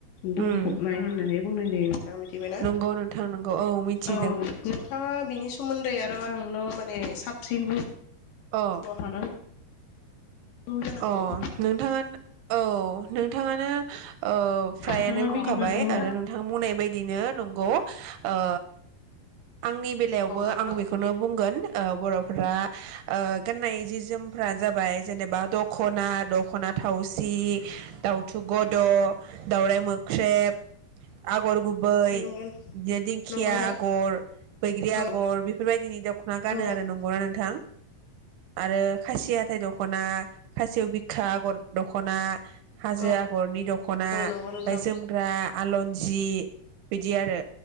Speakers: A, on the left; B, on the right.
A: बुंफबनाय
B: उम
A: होननानै बुंनाय जायो मिथिबायना
B: नंगौ नोंथां नंगौ औ मिथिदों
A: औ नोंथाङा बिनि सोमोन्दै आरो आंन' माने साबसिन बुं <unintelligible>
B: अ
A: जानांगौ
B: अ
A: औ
B: नोंथाङानो औ नोंथाङानो औ फ्रायानो
A: नोंथाङा
B: बुंखाबाय
A: बिदिब्ला न' औ
B: आरो नोंथां बुंनाय बायदिनो नंगौ ओ आंनि बेलायावबो
A: नोंथां
B: आं बेखौनो बुंगोन ओ बर'फ्रा ओ गाननाय जि जोमफ्रा जाबाय जेनेबा दख'ना, दख'ना थावसि, दाउथु गद, दाउराइ मोख्रेब, आगर गुब बै बिदिनो
A: नंगौ
B: दिंखिया
A: नंगौ नोंथां
B: आगर बैग्रि
A: औ
B: आगर बेफोरबायदिनि दख'ना गानो
A: औ
B: आरो नंगौना नोंथां? आरो खासि हाथाय दख'ना खासेव बिखा आगर दख'ना हाजो
A: औ
B: आगरनि दखना
A: नंगौ नोंथां
B: ओमफाय जोमग्रा आलनज जि बिदि आरो